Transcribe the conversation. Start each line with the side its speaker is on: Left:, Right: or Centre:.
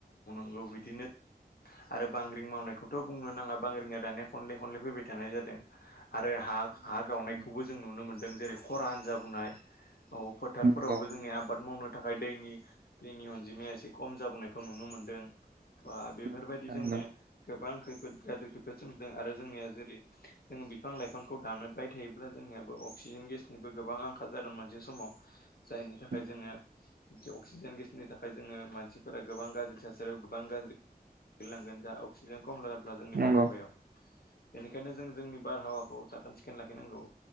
Left: औ बिदिनो आरो बांग्रिं मावनायखौथ' बुंनो नाङा बांग्रिंआ दानिया खनले खनले फैबाय थानाय जादों आरो हा
Right: नंगौ
Left: हा
Right: नंगौ
Left: गावनायखौबो जों नुनो मोनदों जेरै खरान जाबोनाय औ फोथारफोरावबो
Right: नंगौ
Left: जोंनि आब आबाद मावनो थाखाय दैनि दैनि अनजिमाया एसे खम जाबोनायखौ नुनो मोनदों बा बेफोरबायदि
Right: नोंथां
Left: जोंनिया
Right: नंगौ
Left: गोबां खैफोद गाज्रि खैफोद सोमजिदों आरो जोंनिया जेरै जोङो बिफां लाइफांखौ दानबाय थायोब्ला जोंनियाबो अक्सिजेन गेसनिबो गोबां आंखाल जागोन मोनसे समाव जायनि थाखाय थाखाय
Right: नंगौ
Left: जोङो अक्सिजेन गेसनि थाखाय जोङो मानसिफोरा गोबां गाज्रि थासारियाव गोबां गाज्रि गोलै लांगोन जा अक्सिजेन खम जाब्ला जोंनि
Right: नंगौ
Left: बारहावायाव बेनिखायनो जों जोंनि बारहावाखौ साखोन सिखोन लाखिनांगौ